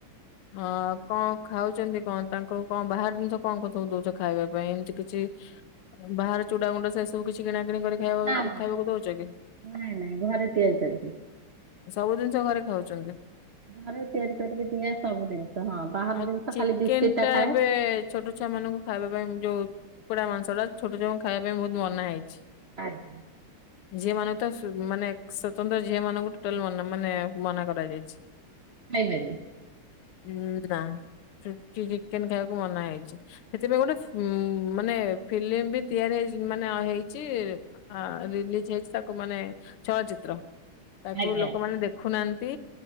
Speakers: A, on the left; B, on the right.
A: ଆ କଣ ଖାଉଛନ୍ତି କଣ? ତାଙ୍କୁ କଣ ବାହାର ଜିନିଷ କଣ କଣ ସବୁ ଦଉଛ ଖାଇବା ପାଇଁ? ଏମିତି କିଛି ବାହାର ଚୁଡା ଗୁଣ୍ଡ ସେ ସବୁ କିଛି କିଣା କିିଣି କରି ଖାଇବା
B: ନା ନା
A: ଖାଇବାକୁ ଦଉଛ କି?
B: ନାଇଁ ନାଇଁ ଘରେ ତିଆରି କରିକି।
A: ସବୁ ଜିନିଷ ଘରେ ଖାଉଛନ୍ତି।
B: ଘରେ ତିଆରି କରିକି ଦିଏ ସବୁ ଜିନିଷ, ହଁ। ବାହାର
A: ଆଉ
B: ଜିନିଷ
A: ଚିକେନ
B: ଖାଲି ବିସ୍କିଟ
A: ଟା
B: ଖାଏ।
A: ଏବେ ଛୋଟ ଛୁଆ ମାନଙ୍କୁ ଖାଇବା ପାଇଁ ଯୋଉ କୁକୁଡା ମାଂସଟା ଛୋଟ ଛୁଆଙ୍କୁ ଖାଇବା ପାଇଁ ବହୁତ ମନା ହେଇଛି।
B: ଆଜ୍ଞା
A: ଝିଅ ମାନଙ୍କୁ ତ ମାନେ ସ୍ଵତନ୍ତ୍ର ଝିଅ ମାନଙ୍କୁ ଟୋଟାଲ ମାନେ ମନା କରାଯାଇଛି।
B: <unintelligible>
A: ଉଁ, ନା ରୁଟି ଚିକେନ ଖାଇବାକୁ ମନା ହେଇଛି। ସେଥିପାଇଁ ଗୋଟେ ମାନେ ଫିଲ୍ମ ବି ତିଆରି ହେଇଛି ମାନେ ହେଇଛି ହଁ ରିଲିଜ୍ ହେଇଛି ତାକୁ ମାନେ ଚଳଚିତ୍ର। ତାକୁ
B: ଆଜ୍ଞା
A: ଲୋକମାନୋନ ଦେଖୁନାହାନ୍ତି